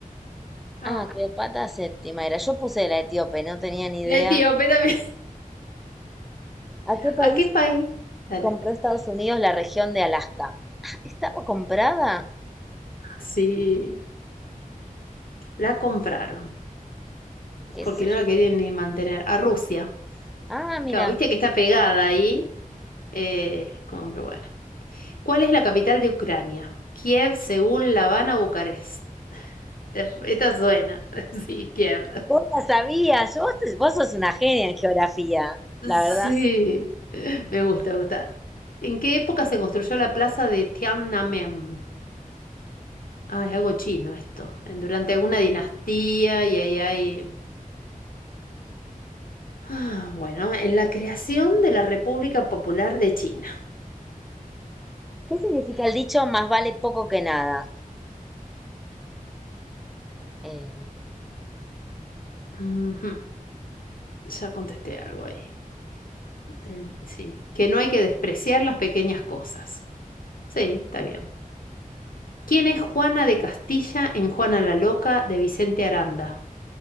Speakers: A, on the left (about 75°); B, in the centre.
A: Ah,
B: Ah, Cleopatra séptima era. Yo puse la etíope, no tenía ni
A: la
B: idea.
A: etíope también. <laughs>
B: ¿A qué país
A: ¿A qué país? Dale.
B: compró Estados Unidos la región de Alaska? <laughs> ¿Estaba comprada?
A: Sí. La compraron,
B: ¿Qué
A: porque
B: sé
A: no
B: yo?
A: la querían ni mantener. A Rusia.
B: Ah, mira,
A: Claro, viste que está pegada ahí. Eh, como que bueno. ¿Cuál es la capital de Ucrania? Kiev, Seúl, La Habana, Bucarest. Te- Esta suena. <laughs> Sí, Kiev.
B: vos la sabías. Vos, vos sos una genia en geografía, la
A: Sí,
B: verdad.
A: me gusta, me gusta. ¿En qué época se construyó la plaza de Tiananmen? Ah, es algo chino esto. En- Durante alguna dinastía y ahí hay... Ah, bueno, en la creación de la República Popular de China.
B: ¿Qué significa el dicho más vale poco que nada? Eh,
A: Ujú, Ya contesté algo ahí. El- sí, que no hay que despreciar las pequeñas cosas. Sí, está bien. ¿Quién es Juana de Castilla en Juana la Loca de Vicente Aranda?